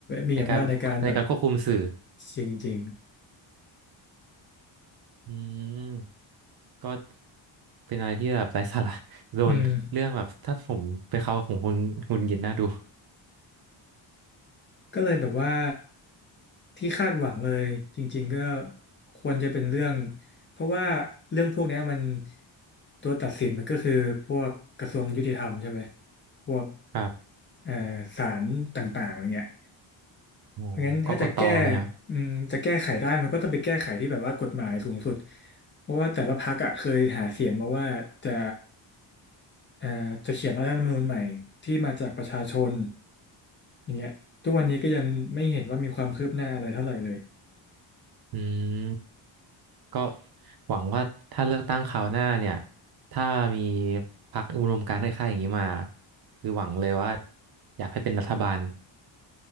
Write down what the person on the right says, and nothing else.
ในการในการควบคุมสื่อ
อืมก็เป็นอะไรที่แบบไร้สาระโดนเรื่องแบบถ้าผมเป็นเขาของคุณคุณหงุดหงิดน่าดู
ครับ
โอ้กกตไหมครับ
อืม ก็หวังว่าถ้าเลือกตั้งคราวหน้าเนี่ยถ้ามีพรรคอุดมการณ์คล้ายๆอย่างนี้มาคือหวังเลยว่าอยากให้เป็นรัฐบาล